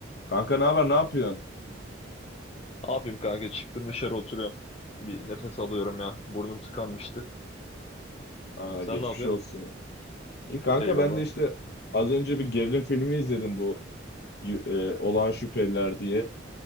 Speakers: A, on the left; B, on the left.
A: Kanka ne haber, ne yapıyorsun?
B: Ne yapayım kanka? Çıktım dışarı oturuyorum. Bir nefes alıyorum ya. Burnum tıkanmıştı.
A: Aa,
B: Sen
A: geçmiş
B: ne yapıyorsun?
A: olsun. İyi kanka
B: Eyvallah.
A: ben de işte az önce bir gerilim filmi izledim bu y- e, Olağan Şüpheliler diye.